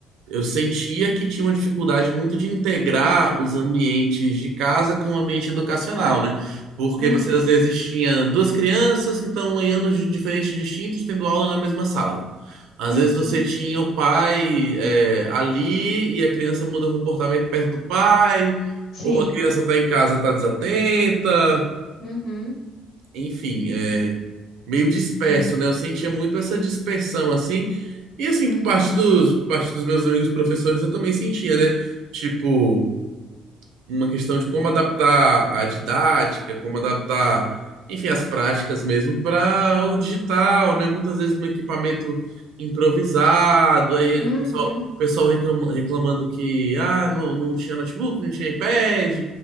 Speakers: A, on the right; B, on the left.
A: eu sentia que tinha uma dificuldade muito de integrar os ambientes de casa com o ambiente educacional, né? Porque
B: Uhum,
A: você às vezes tinha duas crianças que estão em anos de- diferentes distintos tendo aula na mesma sala. Às
B: uhum,
A: vezes você tinha o pai é, ali e a criança muda o comportamento perto do pai,
B: sim.
A: ou a criança está em casa, está desatenta
B: Uhum,
A: enfim, é, meio disperso,
B: é, é.
A: né? Eu sentia muito essa dispersão, assim. E, assim,
B: uhum,
A: por parte dos, por parte dos meus amigos professores, eu também sentia, né? Tipo, uma questão de como adaptar a didática, como adaptar, enfim, as práticas mesmo para o digital, né? Muitas vezes no equipamento improvisado, aí
B: uhum,
A: o pessoal, o pessoal reclama- reclamando que ah, não, não tinha notebook, não tinha iPad,